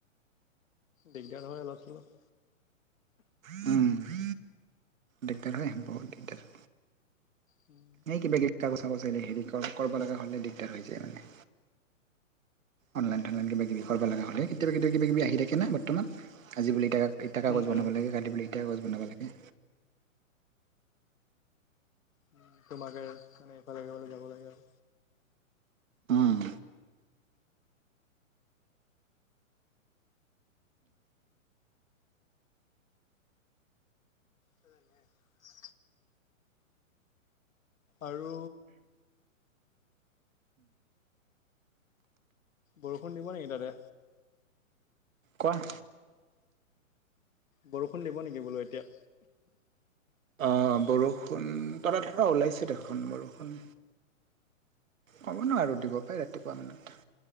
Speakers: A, on the left; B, on the right.
A: দিগদাৰ হয় অলপ চলপ।
B: উম, দিগদাৰ হয় বহুত দিগদাৰ।
A: উম,
B: এই কিবা কিবা কাগজ-চাগজ হেৰি কৰিব লগা হ'লে দিগদাৰ হৈ যায় মানে। অনলাইন
A: অ',
B: থনলাইন কিব কিবি কৰিব লগা হ'লে কেতিয়াবা, কেতিয়াবা কিবাকিবি আহি থাকে। ঠিক নাই বৰ্তমান আজি বুলি ইটা, ইটা কাগজ
A: উম, উম,
B: বনাব লাগে কালি ব বুলি ইতিটা কাগজ বনাব লাগে।
A: উম, তোমাকে মানে ইফালে সফালে যাব লাগে আৰু।
B: উম,
A: সানে <unintelligible> আৰু বৰষুণ দিব নেকি তাতে?
B: কোৱা?
A: বৰষুণ দিব নেকি বোলো এতিয়া?
B: অ' বৰষুণ তৰা তৰা ওলাইছে দেখোন বৰষুণ। হ'ব ন আৰু দিব পাৰে ৰাতিপুৱা মানত